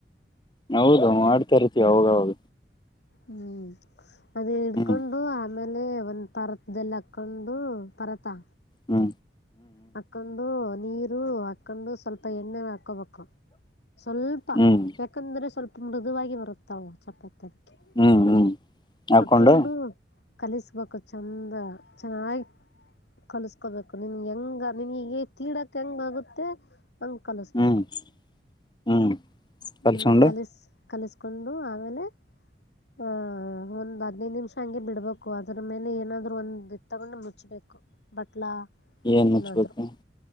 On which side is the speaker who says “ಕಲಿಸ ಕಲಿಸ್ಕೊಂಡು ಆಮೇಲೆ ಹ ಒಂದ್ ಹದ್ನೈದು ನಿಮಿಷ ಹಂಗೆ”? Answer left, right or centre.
Left